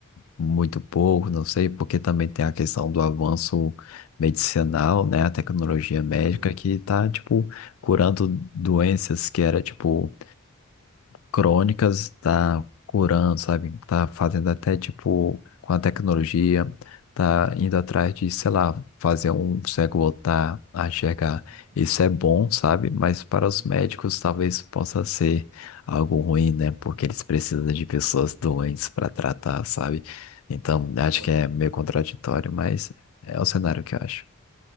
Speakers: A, on the left; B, on the right.
A: muito pouco? Não sei, porque também tem a questão do avanço medicinal, né? A tecnologia médica
B: uhum,
A: que tá, tipo, curando doenças que era, tipo, crônicas, tá curando, sabe? Tá fazendo até tipo com a tecnologia, tá indo atrás de, sei lá, fazer um cego voltar a enxergar.
B: uhum,
A: Isso é bom, sabe? Mas para os
B: entendo.
A: médicos talvez possa ser algo ruim, né? Porque eles precisam de pessoas doentes para tratar, sabe? Então, acho
B: Olha,
A: que é
B: mano,
A: meio contraditório, mas é o cenário que eu acho.